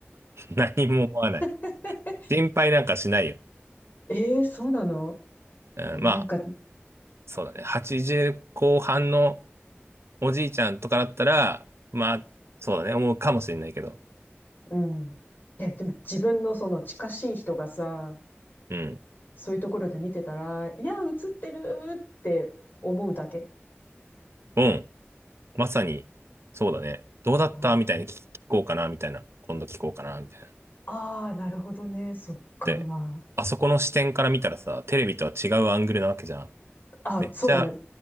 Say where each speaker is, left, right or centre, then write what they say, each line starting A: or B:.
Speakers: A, on the right; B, on the left.
A: <laughs> 何も思わない。
B: <laughs>
A: 心配なんかしないよ。
B: えー、そうなの
A: うん、
B: えーなんか、
A: まあ、そうだね。80後半のおじいちゃんとかだったら、まあ、そうだね。思うかもしれないけど。
B: うん。いや、でも自分のその近しい人がさ、
A: うん。
B: そういうところで見てたら、いや、映ってるって思うだけ。
A: うん。まさに、そうだね。どうだったみたいに聞聞こうかな、
B: あー
A: みたいな。今度聞こうかな、みたいな。
B: あー、なるほどね。そっか。
A: で、あそこの視点から見たらさ、テレビとは違うアングルなわけじゃん。
B: あ、
A: めっちゃ
B: そうだね。